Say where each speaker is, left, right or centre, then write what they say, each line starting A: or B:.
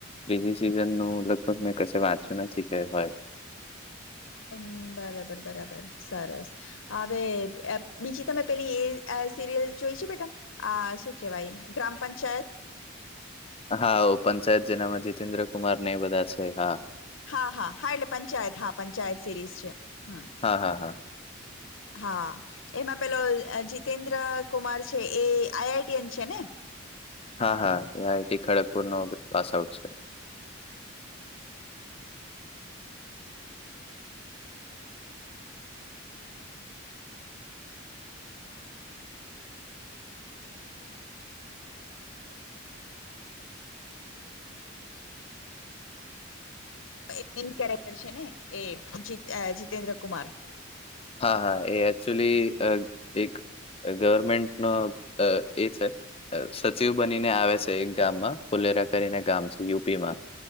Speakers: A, on the left; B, on the left.
A: બીજી સિઝન નું લગભગ મેં કશે વાત જ નથી કે હોય
B: હમ્મ બરાબર બરાબર સરસ હાવે બીજી તમે પેલી એ અ સિરિયલ જોઈ છે બેટા આ શું કેવાય ગ્રામ પંચાયત
A: હા ઓ પંચાયત જેનામાં જીતેન્દ્રકુમારને એ બધા છે હા
B: હા હા હા એટલે પંચાયત હા પંચાયત સિરીઝ છે હમ્મ
A: હા, હા, હા.
B: હા એમાં પેલો જતેેન્દ્રકુમાર છે એ આઈ આઈ ટી એન છે ને
A: હા હા એ આઈ ટી ખડગપુરનો પાસ આઉટ છે
B: એ મેઈન કેરેક્ટર છે ને એ જિતેન્દ્ર જીતેેન્દ્રકુમાર
A: હા હા એ એકક્ચુલી અ એક અ ગવર્મેન્ટનો અ એ છે સચિવ બનીને આવે છે એક ગામમાં ફુલેરા કરીને ગામ છે યુપીમાં